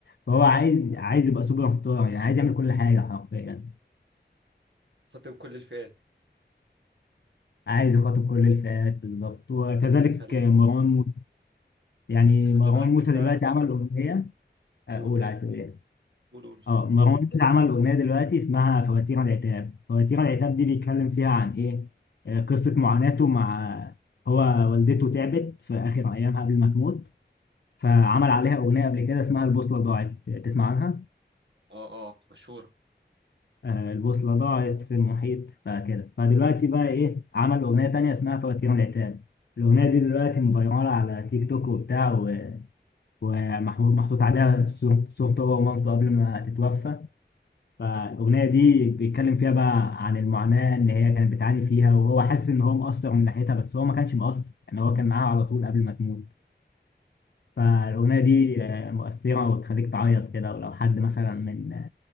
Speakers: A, on the left (about 65°); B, on the right (about 75°).
A: فهو عايز عايز يبقى سوبر ستار يعني عايز يعمل كل حاجة حرفيا
B: خاطب كل الفئات
A: عايز يخاطب كل الفئات بالظبط وكذلك
B: بس خلي
A: مروان موسى يعني
B: بس خلي
A: مروان
B: بالك
A: موسى دلوقتي
B: ده
A: عمل أغنية أقول
B: قول قول
A: عايز تقول إيه؟
B: قول قول
A: اه مروان موسى عمل اغنيه دلوقتي اسمها فواتير العتاب فواتير العتاب دي بيتكلم فيها عن ايه آه، قصه معاناته مع هو والدته تعبت في اخر ايامها قبل ما تموت فعمل عليها اغنيه قبل كده اسمها البوصله ضاعت تسمع عنها
B: اه اه مشهورة
A: آه، البوصله ضاعت في المحيط فكده فدلوقتي بقى ايه عمل اغنيه تانية اسمها فواتير العتاب الاغنيه دي دلوقتي مفيراله على تيك توك وبتاع و- ومحمود محطوط عليها صور- صورته هو ومامته قبل ما تتوفى فالاغنيه دي بيتكلم فيها بقى عن المعاناه ان هي كانت بتعاني فيها وهو حاسس ان هو مقصر من ناحيتها بس هو ما كانش مقصر ان هو كان معاها على طول قبل ما تموت فالاغنيه دي آه، مؤثره وتخليك تعيط كده ولو حد مثلا من